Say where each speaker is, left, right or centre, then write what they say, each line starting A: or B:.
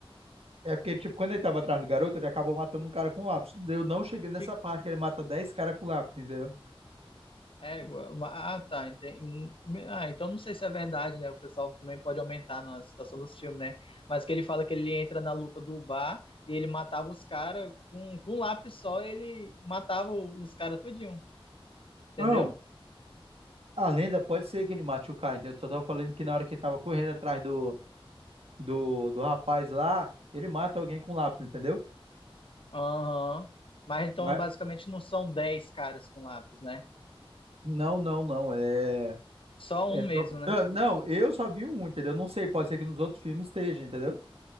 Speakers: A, on the right; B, on the left.
A: é porque, tipo, quando ele tava atrás do garoto, ele acabou matando um cara com lápis. Eu não cheguei nessa
B: Que
A: parte que ele mata 10 caras com lápis, entendeu?
B: égua. Ah, tá. Entendi. Ah, então não sei se é verdade, né? O pessoal também pode aumentar na situação dos filmes, né? Mas que ele fala que ele entra na luta do bar e ele matava os caras com, com um lápis só, ele matava os caras tudinho, entendeu?
A: Não, a lenda pode ser que ele mate o cara, entendeu? Só tava falando que na hora que ele tava correndo atrás do do, do rapaz lá, ele mata alguém com lápis, entendeu?
B: Aham. Mas então
A: Mas,
B: basicamente não são 10 caras com lápis, né?
A: não, não, não, é,
B: Só
A: é
B: um mesmo,
A: só-
B: né?
A: não, não, eu só vi um, entendeu? Não sei, pode ser que nos outros filmes esteja, entendeu?